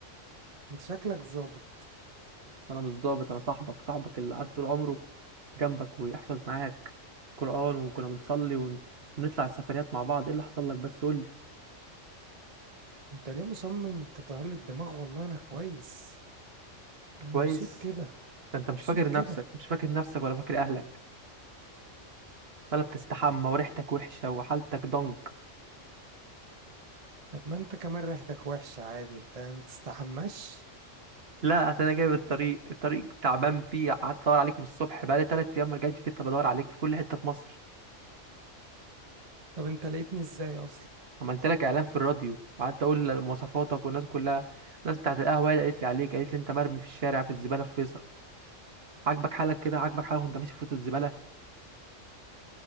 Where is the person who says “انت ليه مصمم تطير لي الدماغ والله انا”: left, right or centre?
Right